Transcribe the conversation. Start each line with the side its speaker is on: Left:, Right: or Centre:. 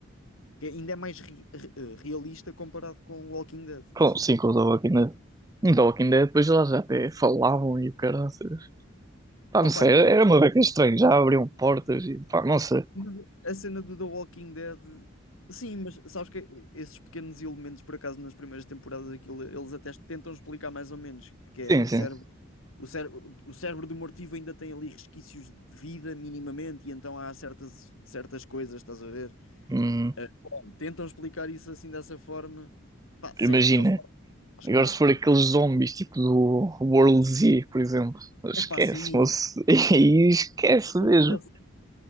Left: Que ainda é mais ri- re- eh, realista comparado com o Walking Dead, estás
Right: Com,
Left: a
Right: sim,
Left: ver?
Right: com os The Walking Dead. Em The Walking Dead, depois elas até falavam e o caraças. Pá,
Left: Opa,
Right: não sei,
Left: do-
Right: era uma beca estranha. Já abriam portas e pá, não sei.
Left: do- a cena do The Walking Dead. Sim, mas sabes que esses pequenos elementos, por acaso, nas primeiras temporadas, aquilo, eles até tentam explicar mais ou menos, que é
Right: Sim,
Left: o
Right: sim.
Left: cérebro. O cérebro, o cérebro do mortivo ainda tem ali resquícios de vida minimamente, e então há certas, certas coisas, estás a ver?
Right: Hum,
Left: Eh, Bom, tentam explicar isso assim dessa forma. Pá, se
Right: imagina.
Left: é a melhor forma, acho
Right: Agora,
Left: que não.
Right: se for
Left: não
Right: aqueles zombies tipo do World Z, por exemplo, esquece,
Left: É É pá, sim.
Right: moço. <laughs> E esquece
Left: Aquilo
Right: mesmo.
Left: parece que